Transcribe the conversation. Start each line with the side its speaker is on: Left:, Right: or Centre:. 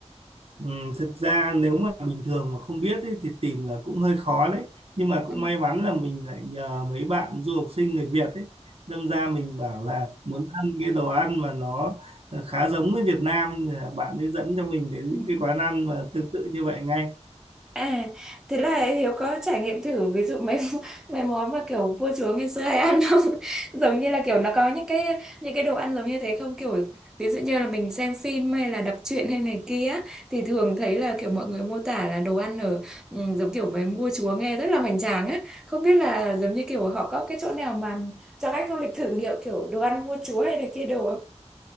Right: Ừm, thực ra nếu mà bình thường mà không biết ấy, thì tìm là cũng hơi khó đấy nhưng mà
Centre: Ừ.
Right: cũng may mắn là mình lại nhờ mấy bạn du học sinh người Việt ấy đâm ra mình bảo là muốn ăn cái đồ ăn mà nó ờ, khá giống với Việt Nam thì là bạn ấy dẫn cho mình đến
Centre: Ừ.
Right: những cái quán ăn mà tương tự như vậy ngay
Centre: À, thế là Hiếu có trải nghiệm thử ví dụ mấy <laughs> mấy món mà kiểu vua chúa ngày xưa hay ăn không? <laughs> Giống như là kiểu nó có những cái những cái đồ ăn giống như thế không? Kiểu ví dụ như là mình xem phim hay là đọc truyện hay này kia á, thì thường thấy là kiểu mọi người mô tả là đồ ăn ở ừ, giống kiểu với vua chúa nghe rất là hoành tráng á. Không biết là giống như kiểu họ có cái chỗ nào mà cho khách du lịch thử nghiệm kiểu đồ ăn vua chúa hay là kia đồ không?